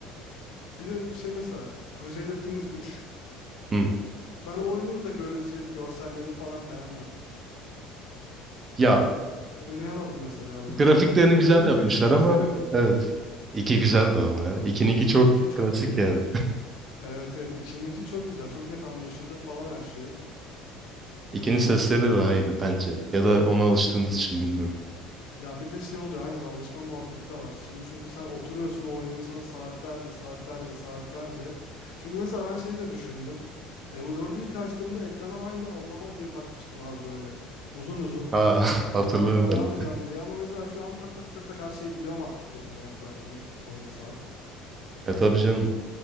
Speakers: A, on the left; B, on the right.
A: Bir de bir şey mesela Crusader Kings üç
B: Hı.
A: Ben o oyunun da görünsel, görsellerini falan beğenmiyorum.
B: Ya
A: Oynayamadım mesela o
B: grafiklerini
A: yüzden.
B: güzel
A: Crusader
B: yapmışlar
A: Kings 2'yi
B: ama
A: seviyordum.
B: evet. İki güzeldi ama ya. İkininki çok
A: 2 çok
B: klasik
A: iyi.
B: yani.
A: Evet evet 2'ninki çok güzel. Çok net anlaşılır falan her şeyi.
B: <laughs> İkinin sesleri de daha iyiydi bence. Ya da ona alıştığınız için bilmiyorum.
A: Ya bir de şey oluyor aynen alışma muhabbeti de var. Şimdi çünkü sen oturuyorsun o oyunu mesela saatlerce saatlerce saatlerce. Çünkü mesela ben şeyi de düşündüm. EU dördü ilk açtığımda ekrana aynı andaval gibi bakmıştım abi böyle. Uzun uzun.
B: Ha <laughs> hatırlıyorum
A: Dedim ben burada ne
B: ben
A: yapacağım
B: de.
A: diye ama mesela şu an tak tak tak tak her şeyi biliyorum artık yerini ezberledim onca saat.
B: E tabii canım.